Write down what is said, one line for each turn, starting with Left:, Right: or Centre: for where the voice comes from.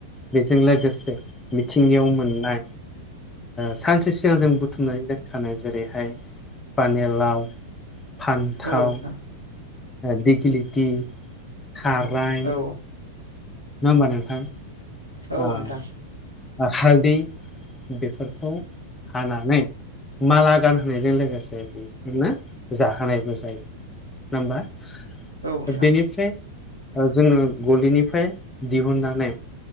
Left: बेजों लोगोसे मिथिंगायाव मोननाय सानसे सिगां जों बुथुमनानै दोनखानाय जेरैहाय पानिलाव फान्थाव
Right: औ नोंथां औ नोंथां
Left: बिगलिथि खाराय
Right: औ नोंथां औ नोंथां औ
Left: नङ ह होनोमब नोंथां?
Right: औ
Left: ओ
Right: नोंथां।
Left: हालदै बेफोरखौ हानानै माला गानहोनायजों लोगोसे बेसोरनो जाहोनायबो जायो नङा होमबा
Right: नोंथां
Left: बेनिफ्राय जोङो गलिनिफ्राय दिहुननानै